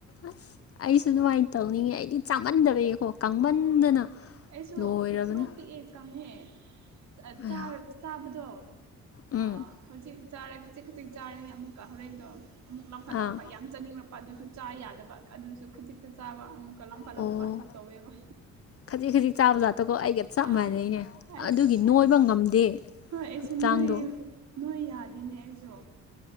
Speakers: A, on the left; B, on the right.
A: ꯑꯁ ꯑꯩꯁꯨ ꯑꯗꯨꯃꯥꯏꯅ ꯇꯧꯅꯤꯡꯉꯦ ꯑꯩꯗꯤ ꯆꯥꯃꯟꯗꯕꯒꯤꯀꯣ ꯀꯪꯃꯟꯗꯅ
B: ꯑꯩꯁꯨ
A: ꯂꯣꯏꯔꯕꯅꯤ
B: ꯄꯤꯛꯇ꯭ꯔꯨ ꯄꯤꯛꯑꯦ ꯀꯪꯉꯦ ꯑ
A: ꯑꯌꯥ
B: ꯆꯥꯔ ꯆꯥꯕꯗꯣ
A: ꯎꯝ
B: ꯑ ꯍꯧꯖꯤꯛ ꯆꯥꯔꯦ ꯈꯖꯤꯛ ꯈꯖꯤꯛ ꯆꯥꯔꯦ ꯑꯃꯨꯛꯀ ꯍꯣꯔꯦꯟꯗꯣ ꯑꯃꯨꯛ ꯂꯝꯈꯠꯂꯛꯄ
A: ꯑꯥ
B: ꯌꯥꯝ ꯆꯥꯅꯤꯡꯂꯛꯄ ꯑꯗꯨꯁꯨ ꯆꯥ ꯌꯥꯗꯕ ꯑꯗꯨꯁꯨ ꯈꯖꯤꯛꯇ ꯆꯥꯕ ꯑꯃꯨꯛꯀ ꯂꯥꯝꯈꯠꯂꯛꯄ
A: ꯑꯣ
B: ꯑꯗꯨ ꯇꯧꯋꯦꯕ
A: ꯈꯖꯤꯛ ꯈꯖꯤꯛ ꯆꯥꯕ ꯖꯥꯠꯇꯣꯀꯣ ꯑꯩꯒ ꯆꯞ
B: ꯑꯥ
A: ꯃꯥꯟꯅꯩꯅꯦ
B: ꯑꯁ
A: ꯑꯗꯨꯒꯤ ꯅꯣꯏꯕ ꯉꯝꯗꯦ
B: ꯍꯣꯏ ꯑꯩꯁꯦ
A: ꯍꯛꯆꯥꯡꯗꯣ
B: ꯅꯣꯏꯌꯨ ꯅꯣꯏ ꯌꯥꯗꯦꯅꯦ ꯑꯩꯁꯨ